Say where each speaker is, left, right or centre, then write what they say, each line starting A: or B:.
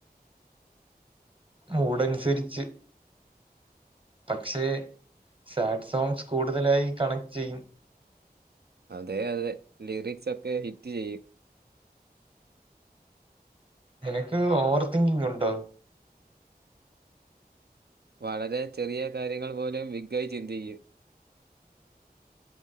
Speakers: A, on the right; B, on the right.
A: മൂഡൻസര്ച്ച് പക്ഷെ സാഡ് സോങ്സ് കൂടുതലായി കണക്ട് ചെയ്യും
B: അതെ അതെ ലിറിക്സൊക്കെ ഹിറ്റ് ചെയ്യും
A: നിനക്ക് ഓവർ തിങ്കിങ് ഉണ്ടോ?
B: വളരെ ചെറിയ കാര്യങ്ങൾ പോലും വിഗയ് ചിന്തിക്ക്യും